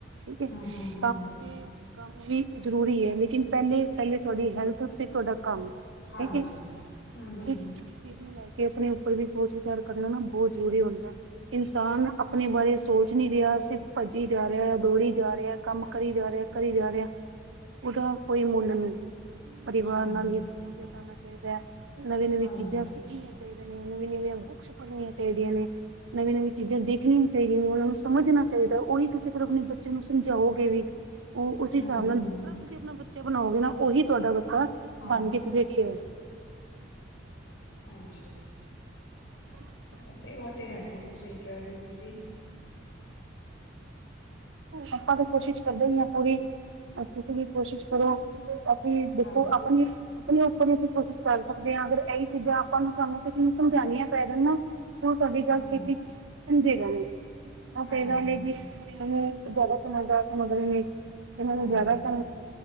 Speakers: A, on the right; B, on the left.
A: ਠੀਕ ਹੈ
B: ਹੂੰ-ਹੂੰ-ਹੂੰ,
A: ਕੰਮ ਤੇ ਕੰਮ ਵੀ ਜ਼ਰੂਰੀ ਹੈ ਲੇਕਿਨ ਪਹਿਲੇ ਪਹਿਲੇ ਤੁਹਾਡੀ ਹੈਲਥ ਤੇ ਤੁਹਾਡਾ ਕੰਮ
B: ਹਾਂਜੀ,
A: ਹੈਕੇ
B: ਹੂੰ-ਹੂੰ,
A: ਚੀਜ਼ ਨੂੰ ਲੈ ਕੇ ਆਪਣੇ ਉੱਪਰ ਵੀ ਸੋਚ ਕਰਨਾ ਨਾ ਬਹੁਤ ਜ਼ਰੂਰੀ ਹੁੰਦਾ ਹੈ ਇਨਸਾਨ ਆਪਣੇ ਬਾਰੇ ਸੋਚ ਨਹੀਂ ਰਿਹਾ ਸਿਰਫ ਭੱਜੀ ਜਾ ਰਿਹਾ ਦੌੜੀ ਜਾ ਰਿਹਾ ਕੰਮ ਕਰੀ ਜਾ ਰਿਹਾ ਕਰੀ ਜਾ ਰਿਹਾ ਉਹਦਾ ਕੋਈ ਮੁੱਲ ਨਹੀਂ ਪਰਿਵਾਰ
B: ਹਾਂਜੀ-ਹਾਂਜੀ,
A: ਨਾਲ ਹੀ ਸਮਝ ਤਾਂ ਆਉਣਾ ਚਾਹੀਦਾ ਹੈ ਨਵੀ ਨਵੀਂ
B: ਹਾਂਜੀ,
A: ਚੀਜ਼ਾਂ ਸਿੱਖ ਨਵੀਂ ਨਵੀਆਂ ਬੁੱਕਸ ਪੜ੍ਹਨੀਆਂ ਚਾਹੀਦੀਆਂ ਨੇ ਨਵੀਂ ਨਵੀਂ ਚੀਜ਼ਾਂ ਦੇਖਣੀਆਂ ਚਾਹੀਦੀਆਂ ਨੇ ਉਹਨਾਂ ਨੂੰ ਸਮਝਣਾ ਚਾਹੀਦਾ ਉਓਹੀ ਤੁਸੀਂ ਆਪਣੇ ਬੱਚੇ ਨੂੰ ਸਮਝਾਓਗੇ ਵੀ ਉਹ ਉਸ
B: ਹੂੰ-ਹੂੰ-ਹੂੰ,
A: ਹਿਸਾਬ ਨਾਲ ਜਿਸ ਤਰ੍ਹਾਂ ਤੁਸੀਂ ਆਪਣਾ ਬੱਚਾ ਬਣਾਓਗੇ ਨਾ ਉਹੀ ਤੁਹਾਡਾ ਬੱਚਾ
B: ਹਾਂਜੀ-ਹਾਂਜੀ,
A: ਬਣ ਕੇ ਤੇ ਫੇਟ ਆ
B: ਹਾਂਜੀ
A: ਹ
B: ਹਾਂ ਤੇ ਉਹ ਤੇ ਹੈ ਬਿਲਕੁਲ ਸਹੀ ਕਹਿ ਰਹੇ ਹੋ ਤੁਸੀਂ
A: ਆਪਾਂ ਤਾਂ ਕੋਸ਼ਿਸ਼ ਕਰਦੇ ਹੀ ਹ ਪੂਰੀ ਤੁਸੀਂ ਵੀ ਕੋਸ਼ਿਸ਼ ਕਰੋ ਕਿ ਦੇਖੋ
B: ਹਾਂਜੀ
A: ਆਪ ਉੱਪਰ ਹੀ ਅਸੀਂ ਕੋਸ਼ਿਸ਼ ਕਰ ਸਕਦੇ ਹਾਂ ਅਗਰ ਇਹੀ ਚੀਜ਼ਾਂ ਆਪਾਂ ਨੂੰ ਸਾਨੂੰ ਕਿਸੇ ਨੂੰ ਸਮਝਉਣੀਆਂ ਪੈ ਜਾਣ ਨਾ ਤਾਂ ਸਾਡੀ
B: ਹਾਂਜੀ,
A: ਗੱਲ ਸੇ਼ਤੀ ਸਮਝੇਗਾ ਆਪ
B: ਹਾਂਜੀ,
A: ਕ ਇਹ ਗੱਲ
B: ਹਾਂਜੀ,
A: ਜੀ ਆਪ ਇਹਨੂੰ ਜ਼ਿਆਦਾ ਸਮਝਦਾਰ ਸਮਗਰੀ ਨੇ ਇਹਨਾਂ
B: ਹਾਂਜੀ,
A: ਨੂੰ ਜ਼ਿਆਦਾ
B: ਹਾਂਜੀ,
A: ਸਮਝ